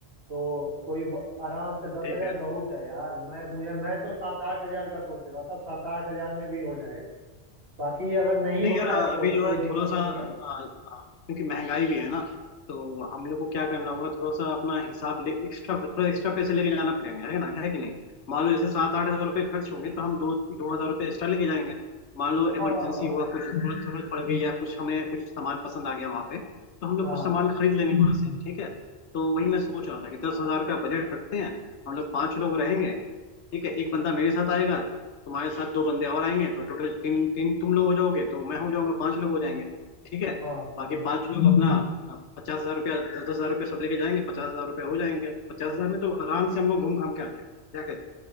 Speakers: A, on the right; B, on the left.
A: तो कोई ब, आराम से दस
B: ठीक
A: हजार
B: है
A: बहुत है यार मैं मुझे मैं तो सात आठ हजार का सोच रहा था सात आठ हजार में भी हो जाएगा बाकी अगर नहीं
B: नहीं
A: होता
B: यार अभी
A: है तो
B: जो
A: कोई
B: है
A: दिक्कत
B: थोड़ा सा
A: नहीं
B: आ,
A: है
B: आ, क्योंकि महंगाई भी है ना तो हम लोग को क्या करना होगा थोड़ा सा अपना हिसाब ले एक्स्ट्रा थोड़ा एक्स्ट्रा पैसे लेके जाना पड़ेंगे है ना है कि नहीं मान लो जैसे सात आठ हजार रुपये खर्च होंगे तो हम दो दो हजार रुपये एक्स्ट्रा लेके जाएंगे मान लो
A: हाँ
B: इमरजेंसी
A: हाँ
B: हुआ कुछ जरूरत जरूरत पड़ गई या कुछ हमें कुछ सामान पसंद आ गया वहाँ पे तो हम लोग
A: हाँ
B: कुछ सामान खरीद लेंगे वहाँ से ठीक है तो वही मैं सोच रहा था कि दस हजार का बजट रखते हैं हम लोग पाँच लोग रहेंगे ठीक है एक बंदा मेरे साथ आएगा तुम्हारे साथ दो बंदे और आएंगे तो टोटल तीन तीन तुम लोग हो जाओगे तो मैं हो जाऊंगा पांच लोग हो जाएंगे ठीक है
A: हाँ
B: बाकी
A: हाँ
B: पांच लोग अपना पचास हजार रुपया दस दस हजार रुपया सब लेके जाएंगे पचास हजार रुपया हो जाएंगे तो पचास हजार में तो आराम से हम लोग घूम घाम के आ जाएंगे क्या कहते हो